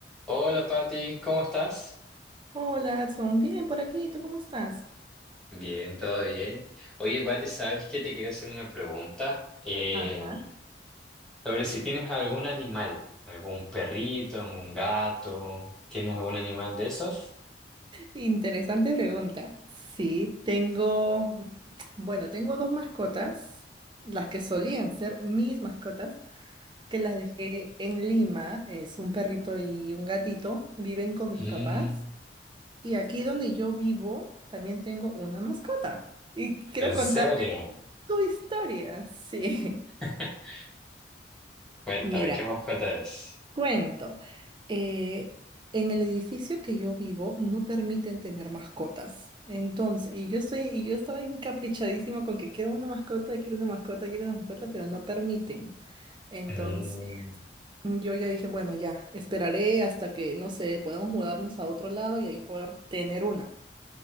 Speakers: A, in the centre; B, on the right.
A: Hola Patti, ¿cómo estás?
B: Hola, Adson. Bien, por aquí. ¿Tú cómo estás?
A: Bien, todo bien. Oye, Pati, ¿sabes qué? Te quería hacer una pregunta eh,
B: Ajá.
A: sobre si tienes algún animal, algún perrito, un gato, ¿tienes algún animal de esos?
B: Interesante pregunta. Sí, tengo, bueno, tengo dos mascotas, las que solían ser mis mascotas, que las dejé en Lima. Es un perrito y un gatito. Viven con mis
A: Mm,
B: papás. Y aquí donde yo vivo, también tengo una mascota. Y quiero
A: ¿en
B: contarte
A: serio?
B: tu historia. Sí.
A: <laughs>
B: <laughs>
A: Cuéntame,
B: Mira.
A: ¿qué mascota es?
B: Cuento, eh, en el edificio que yo vivo no permiten tener mascotas. Entonces, y yo estoy, y yo estaba encaprichadísima con que quiero una mascota, quiero una mascota, quiero una mascota, pero no permiten. Entonces,
A: Mm,
B: yo ya dije, bueno, ya, esperaré hasta que, no sé, podamos mudarnos a otro lado y ahí poder tener una.